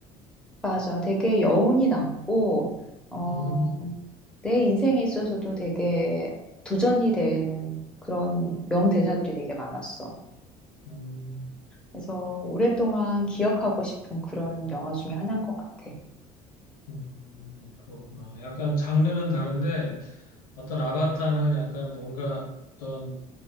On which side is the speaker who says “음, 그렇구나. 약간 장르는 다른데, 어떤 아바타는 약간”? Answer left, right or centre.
Left